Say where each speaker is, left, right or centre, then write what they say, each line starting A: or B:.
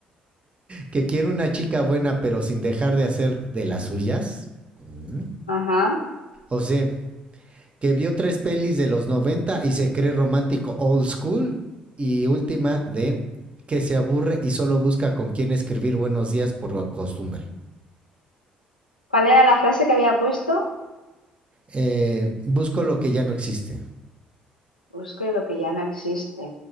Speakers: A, on the right; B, on the left.
A: que quiere una chica buena pero sin dejar de hacer de las suyas. Mm.
B: Ajá.
A: O C, que vio tres pelis de los 90 y se cree romántico old school. Y última, D, que se aburre y solo busca con quién escribir buenos días por costumbre.
B: ¿Cuál era la frase que había puesto?
A: Eh, busco lo que ya no existe.
B: Busco lo que ya no existe.